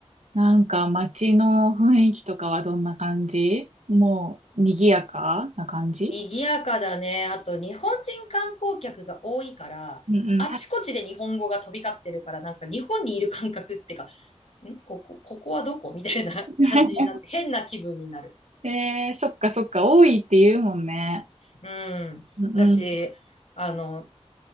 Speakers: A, on the right; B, on the left.
A: なんか街の雰囲気とかはどんな感じもう、賑やかな感じ
B: 賑やかだね。あと、日本人観光客が多いから、
A: うんうん。
B: もうあちこちで日本語が飛び交ってるから、なんか日本にいる感覚ってんここ、ここはどこみたいな
A: <laughs>
B: <laughs> 感じになって、変な気分になる。
A: えー、そっかそっか、多いって言うもんね。
B: うん。
A: うんうん。
B: 私、あの、